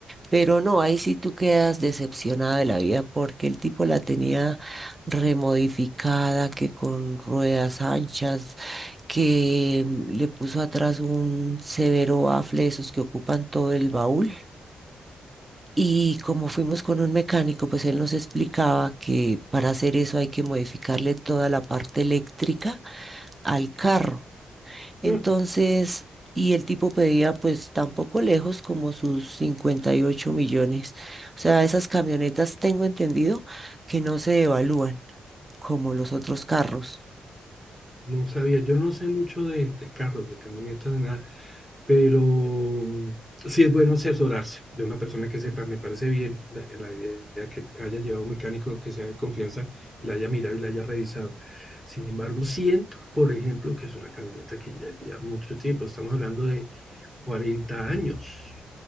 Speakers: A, on the right; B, in the centre.
A: Pero no, ahí sí tú quedas decepcionada de la vida porque el tipo la tenía remodificada, que con ruedas anchas, que mm, le puso atrás un severo bafle de esos que ocupan todo el baúl. Y como fuimos con un mecánico, pues él nos explicaba que para hacer eso hay que modificarle toda la parte eléctrica al carro. Entonces,
B: No,
A: y el tipo pedía pues tampoco lejos como sus 58 millones. O sea, esas camionetas tengo entendido que no se evalúan como los otros carros.
B: no sabía. Yo no sé mucho de, de carros, de camionetas, de nada, pero mm, sí es bueno asesorarse de una persona que sepa. Me parece bien la, la idea que haya llevado un mecánico que sea de confianza, la haya mirado y la haya revisado. Sin embargo, siento, por ejemplo, que es una camioneta que ya lleva mucho tiempo. Estamos hablando de 40 años.